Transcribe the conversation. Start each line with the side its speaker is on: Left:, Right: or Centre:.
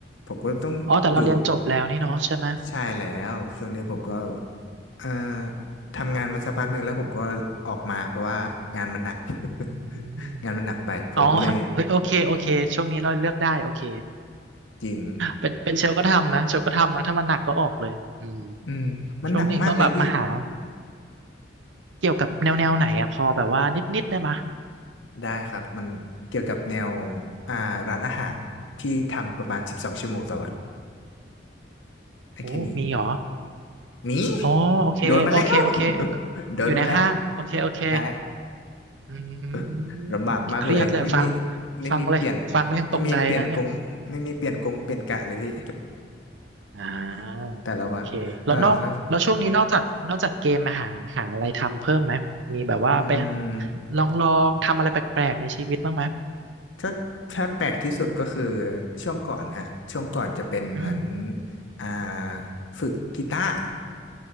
Left: ผมก็ต้องอยู่
Right: อ๋อแต่เราเรียนจบแล้วนี่เนาะใช่ไหม
Left: ใช่แล้วช่วงนี้ผมก็เอ่อทำงานมาสักพักหนึ่งแล้วผมก็ออกมาเพราะว่างานมันหนัก
Right: อืม
Left: <laughs> งานมันหนักไปผมก็เลย
Right: อ๋อเฮ้ยโอเคโอเคช่วงนี้เราเลือกได้โอเค
Left: จริง
Right: เป็นเป็นเชลก็ทำนะเชลก็ทำนะถ้ามันหนักก็ออกเลยอืม
Left: อืมมันหนักมากเลยพี่
Right: ช่วงนี้ก็แบบมาหาเกี่ยวกับแนวแนวไหนอะพอแบบว่านิดนิดได้มะ
Left: ได้ครับมันเกี่ยวกับแนวอ่าร้านอาหารที่ทำประมาณสิบสองชั่วโมงต่อวันได้แค่นี้
Right: โอ้มีเหรอ
Left: หนี่
Right: อ๋อโอเคโอเคโอเค
Left: โดนมาแล้ว <laughs> โดนมาแล้ว
Right: อยู่ในห้างโอเคโอเค
Left: ได้
Right: อื
Left: <laughs> ลำบากมากเลยไม่มี
Right: มเครียดเลยฟัง
Left: ไม่มีเปลี่ยน
Right: ฟังเลยฟังแล้วยังตกใจนะเนี่ย
Left: ไม่มีเปลี่ยนกงไม่มีเปลี่ยนกงเปลี่ยนกะเลยพี่
Right: อ่าโอเคแล้วนอกแล้วช่วงนี้นอกจากนอกจากเกมมาหาหาอะไรทำเพิ่มไหมมีแบบว่าไปหา
Left: <laughs> แต่ละวันอ่าครับอืม
Right: ลองลองทำอะไรแปลกๆในชีวิตบ้างไหม
Left: ถ้าถ้าแปลกที่สุดก็คือช่วงก่อนฮะช่วงก่อนจะเป็นเหมือน
Right: อืม
Left: อ่าฝึกกีตาร์